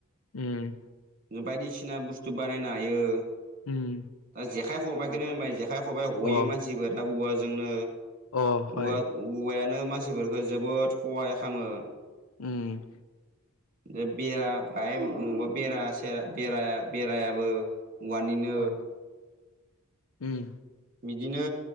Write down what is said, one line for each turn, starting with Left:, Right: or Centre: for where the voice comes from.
Left: उम
Right: जों बायदिसिना बुस्थु बानायनो हायो
Left: उम
Right: दा जेखाइ खबाइखौनो होनबाय जेखाइ खबाइ हयो
Left: अ
Right: मानसिफोर दा औवाजोंनो
Left: अ हय
Right: औवा औवायानो मानसिफोरखो जोबोद खहाय खालामो।
Left: उम
Right: <inaudible> जे बेरा बाहाय बबेबा बेरा बे बेरायाबो उवानिनो
Left: उम उम
Right: बिदिनो